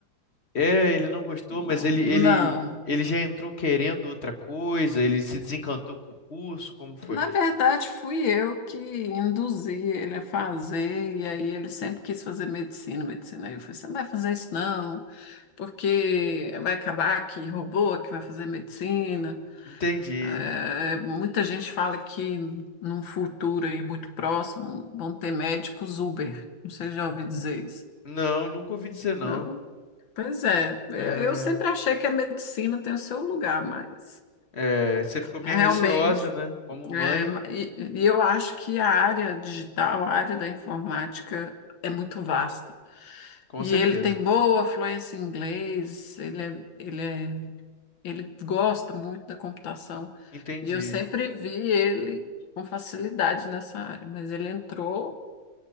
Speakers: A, on the left; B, on the left.
A: É, ele não gostou,
B: Não,
A: mas ele, ele,
B: não.
A: ele já entrou querendo outra coisa, ele se desencantou com o curso, como foi?
B: Na verdade, fui eu que induzi ele a fazer, e aí ele sempre quis fazer medicina, medicina. Aí eu falei, você não vai fazer isso não, porque vai acabar que robô que vai fazer medicina.
A: Entendi.
B: É, muita gente fala que num futuro aí muito próximo vão ter médicos Uber. Não sei se já ouviu dizer isso.
A: Não, nunca ouvi dizer não.
B: Não. Pois é, eu,
A: É,
B: eu sempre achei que a medicina tem o seu lugar, mas
A: é, você ficou meio
B: realmente,
A: receosa, né? Como mãe,
B: é, e, e eu acho que a área digital, a área da informática é muito vasta.
A: com
B: E
A: certeza.
B: ele tem boa fluência em inglês, ele, é- ele, é- ele gosta muito da computação.
A: Entendi.
B: E eu sempre vi ele com facilidade nessa área, mas ele entrou